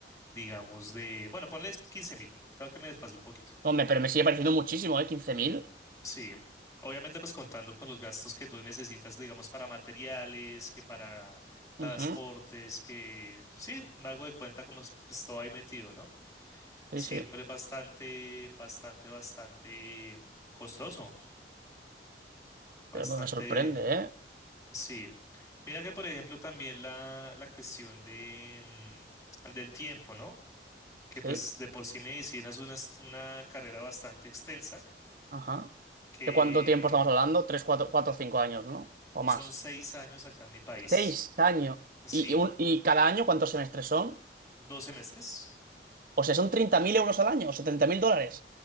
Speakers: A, on the left; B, on the right.
A: digamos, de, bueno, ponle quince mil, creo que me desfasé un poquito.
B: No, Hombre, pero me sigue pareciendo muchísimo, ¿eh? quince mil.
A: Sí, obviamente pues contando con los gastos que tú necesitas, digamos, para materiales, que para transportes,
B: Ujú,
A: que sí, me hago de cuenta como es, pues todo ahí metido, ¿no?
B: Sí,
A: Siempre
B: sí.
A: es bastante, bastante, bastante costoso, bastante,
B: Pero me sorprende, ¿eh?
A: sí. Mira que por ejemplo también la, la cuestión de, mm, del tiempo, ¿no? Que
B: Sí,
A: pues de por sí medicina es una, es una carrera bastante extensa,
B: ajá.
A: que
B: ¿De cuánto tiempo estamos hablando? Tres, cuatro, cuatro, cinco años, ¿no? O más.
A: son seis años acá en mi país.
B: Seis años.
A: Sí,
B: ¿Y, y un- y cada año cuántos semestres son?
A: Dos semestres
B: O sea, ¿son 30.000 euros al año o 70.000 dólares?